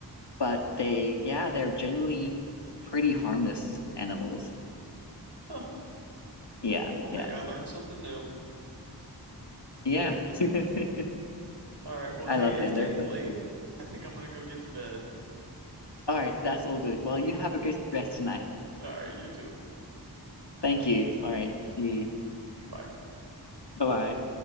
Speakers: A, on the left (about 80°); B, on the right (about 75°).
A: but they yeah, they're generally pretty harmless animals.
B: Huh. Well,
A: Yeah,
B: cool. Hey,
A: yeah.
B: I learned something new.
A: Yeah. <laughs>
B: All right. Well,
A: I
B: hey,
A: love
B: it's
A: them.
B: getting
A: They're so
B: late.
A: cute.
B: I think I'm gonna go get to bed.
A: All right, that's all good. Well, you have a good rest tonight.
B: All right, you too.
A: Thank you. All right. See you.
B: Bye.
A: Bye-bye.